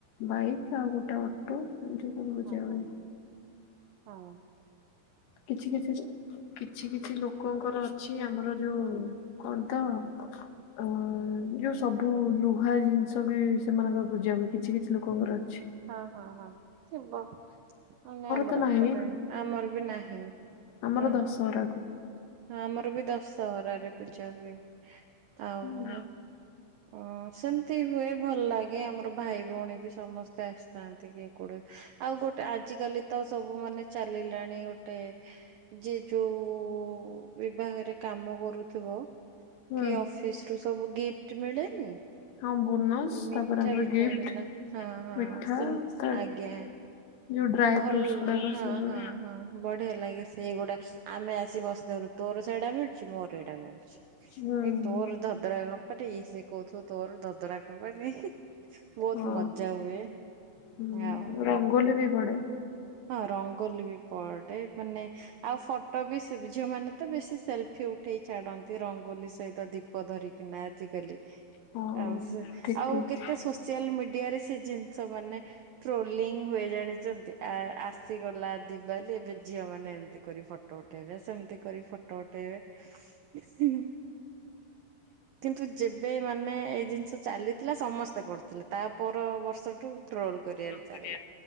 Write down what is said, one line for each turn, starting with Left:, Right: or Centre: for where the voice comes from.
Left: ବାଇକ୍ ଆଉ ଗୋଟେ ଅଟୋ ଏଠିକି ପୂଜା
Right: ହଁ ହଁ।
Left: ହୁଏ।
Right: ହଁ।
Left: କିଛି କିଛି କିଛି କିଛି ଲୋକଙ୍କର ଅଛି ଆମର ଯୋଉ କଣ ତ ଅ ଯୋଉ ସବୁ ଲୁହା ଜିନିଷ ବି ସେମାନଙ୍କର ପୂଜା ହୁଏ। କିଛି କିଛି ଲୋକଙ୍କର ଅଛି।
Right: ହଁ ହଁ ହଁ ଥିବ। ହାଁ ନାଇଁ ଆମର
Left: ତ ନାହିଁ
Right: ଏପଟେ ଆମର ବି ନାହିଁ
Left: ଆମର
Right: ହଁ।
Left: ଦଶହରାକୁ
Right: ହଁ ଆମର ବି ଦଶହରାରେ ପୂଜା ହୁଏ ଆଉ
Left: ହୁଁ
Right: ଅଂ ସେମିତି ହୁଏ। ଭଲ ଲାଗେ ଆମର ଭାଇଭଉଣୀ ବି ସମସ୍ତେ ଆସିଥାନ୍ତି କି କୋଡେ ଆଉ ଗୋଟେ ଆଜିକାଲି ତ ସବୁ ମାନେ ଚାଲିଲାଣି ଗୋଟେ ଯେ ଯୋଉ ବିଭାଗରେ କାମ କରୁଥିବ।
Left: ହୁଁ,
Right: କି ଅଫିସରୁ ସବୁ ଗିଫ୍ଟ ମିଳେନି?
Left: ହଁ ବୋନସ୍
Right: ମିଠାପିଠା
Left: ତାପରେ ଆମର ଗିଫ୍ଟ
Right: ହେଲା ହଁ, ହଁ,
Left: ମିଠା ତା
Right: ଆଜ୍ଞା।
Left: ଯୋଉ ଡ୍ରାଏ
Right: ଭଲ
Left: ଫ୍ରୁଟସ୍ ଗୁଡାକ
Right: ହଁ
Left: ସେ ସବୁ
Right: ହଁ ହଁ ବଢିଆ ଲାଗେ ସେଇଗୁଡା। ଆମେ ଆସି ବସଧରୁ। ତୋର ସେଇଟା ମିଳୁଛି, ମୋର ଏଇଟା ମିଳୁଛି।
Left: ହୁଁ।
Right: ତୋର ଧଦରା କମ୍ପାନୀ ସେ କହୁଥିବ ତୋର ଧଦରା କମ୍ପାନୀ, ବହୁତ
Left: ହଁ
Right: ମଜା ହୁଏ
Left: ହୁଁ
Right: ଆଉ
Left: ରଙ୍ଗୋଲି ବି ପଡେ।
Right: ହଁ ରଙ୍ଗଲି ବି ପଡେ ମାନେ ଆଉ ଫଟୋ ବି ଝିଅମାନେ ତ ବେଶୀ ସେଲଫି ଉଠ ଉଠେଇ ଛାଡନ୍ତି ରଙ୍ଗୋଲି ସହିତ ଦୀପ ଧରିକିନା ଆଜିକାଲି
Left: ହଁ
Right: ଆଉ
Left: ଠିକ
Right: ଆଉ
Left: ଠିକ।
Right: କେତେ ସୋସିଆଲ ମିଡିଆରେ ସେ ଜିନିଷ ମାନେ ଟ୍ରୋଲିଂ ହୁଏ ଜାଣିଛନ୍ତି? ଆ ଆସିଗ ଲା ଦିିବାଲି ଏବେ ଝିଅମାନେ ଏମିତି କରି ଫଟୋ ଉଠେଇବେ ସେମତି କରି ଫଟୋ ଉଠେଇବେ। ହୁଁ। କିନ୍ତୁ ଯେବେ ମାନେ ଏଇ ଜିନିଷ ଚାଲିଥିଲା ସମସ୍ତେ କରିୁଥିଲେ ତାପର ବର୍ଷ ଟ୍ରୋଲ କରିବାରେ ଚାଲିଲା
Left: କରିବା।